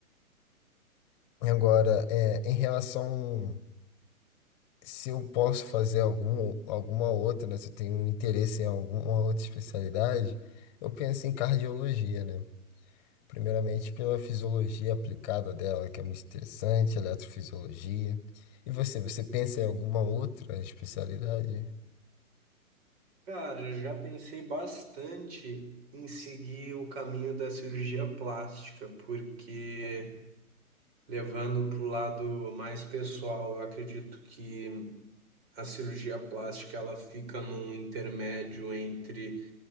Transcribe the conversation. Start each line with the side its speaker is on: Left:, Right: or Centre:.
Left: Agora, é, em relação se eu posso fazer algum, alguma outra, né? Se eu tenho um interesse em alguma outra especialidade, eu penso em cardiologia, né? Primeiramente pela fisiologia aplicada dela, que é muito interessante, eletrofisiologia. E você, você pensa em alguma outra especialidade?
Right: Cara, eu já pensei bastante em seguir o caminho da cirurgia plástica, porque levando para o lado mais pessoal, eu acredito que a cirurgia plástica ela fica num intermédio entre